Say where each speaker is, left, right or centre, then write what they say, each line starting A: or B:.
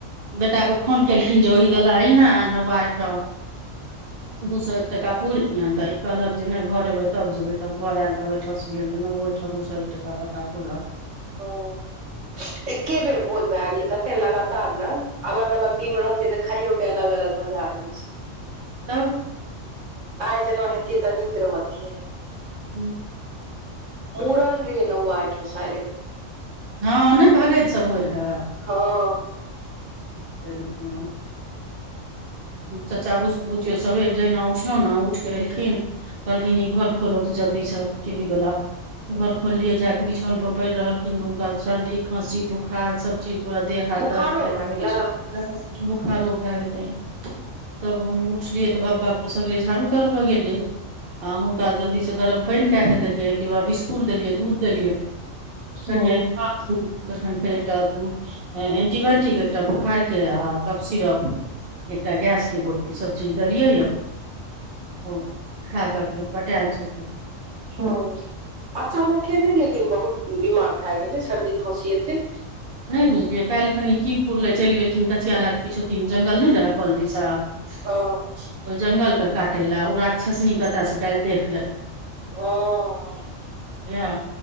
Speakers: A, on the right (about 50°); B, on the right (about 65°).
A: बेटाके फोन केलखिन जे ओहि दल अहीं न नौआ अहिठाम
B: <inaudible> <unintelligible>
A: दू सए एक टाका पूरि दियहे तऽ ई कहलक जे नहि घर एब तब जेबै तब घर आयल तब ओठँस गेल तऽ न छओ दू सए एक टका पता पूरलक
B: हँ एके बेर भोज भए गेलै तते लगातार ने अलग अलग दिन रहतेै तऽ खाइयो के अलग अलग मजा रहे छै
A: तब
B: आइ जेना हेतियै तऽ नीक रहतियै
A: हूंम्म
B: मुरण रहै न <unintelligible> आइठ शायद
A: हँ नहि भगैत सब होय रहै
B: हँ
A: स मैडम <unintelligible> चाचा बुझियौ सबेर जहिना उठलो ने उठ कऽ एलखिन मल्किनी घर खोलो तऽ जल्दी सॅं टी भी वला घर खोललियै जाक बिछौन पर पड़ि रहल खिन हुनका सर्दी खाँसी बुखार सब चीज पूरा देह हाथ
B: बुखारो
A: दर्द कर
B: भए
A: रहल
B: गेलै
A: छै बोखारो भए गेलै है तब उठलियै तऽ बाप बाप सगरे झाड़ू ताड़ू लगेलियै आ हुनका जल्दी से गरम पानि कऽ दिया बिस्कुट देलियै दूध देलियै कनिय
B: ओ
A: खाथिन फेर एकटा एंटि बायोटिक एक बोखार के आ कप सिरप एकटा गैस की गोटी सब चीज देलियै यऽ ओ खाक अखन पटायल छै
B: ओ अचानक के नहि लेकिन बहुत बीमार भए गेलै सर्दी खाँसी एतै
A: नहि बुझलियै काल्हि खनि की फूरलै चलि गेलखिन कचिये ला के पिछूहती मे जंगल नहि रहय कोल दिसा ओहि
B: हँ
A: जंगलके काटे लए ओ राक्षसनी कतय से काल्हि देख लेलकै
B: ओ
A: यह